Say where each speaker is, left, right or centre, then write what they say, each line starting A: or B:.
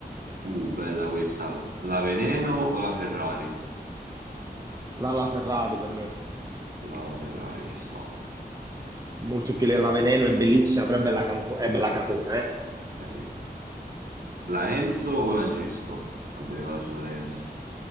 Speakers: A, on the right; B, on the right.
A: Uh, bella questa. La Veneno o la Ferrari?
B: La, la Ferrari per me,
A: La, la Ferrari, ci sta.
B: molto più la Veneno è bellissima, però è bella, camufo- è bella cafona, eh?
A: Eh sì. La Enzo o la Gisco? Vabbè, vado sulla Enzo.